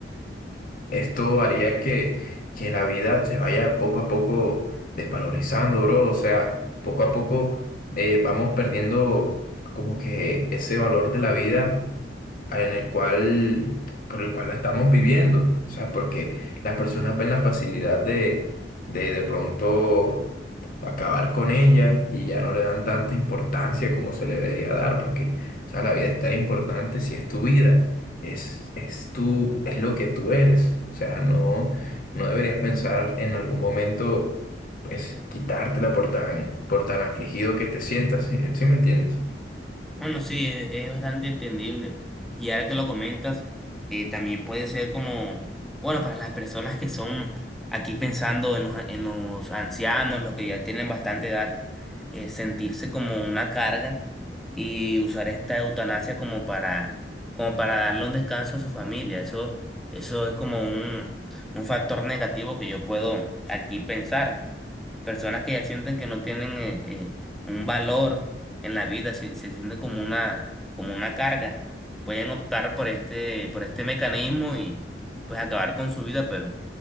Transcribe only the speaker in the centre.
Bueno, sí, es, es bastante entendible. Y ahora que lo comentas, eh, también puede ser como, bueno, para las personas que son aquí pensando en los, a- en los ancianos, los que ya tienen bastante edad, eh, sentirse como una carga y usar esta eutanasia como para, como para darle un descanso a su familia. Eso, eso es como un, un factor negativo que yo puedo aquí pensar personas que ya sienten que no tienen eh, eh, un valor en la vida, si- se, siente como una, como una carga, pueden optar por este, por este mecanismo y pues acabar con su vida, pero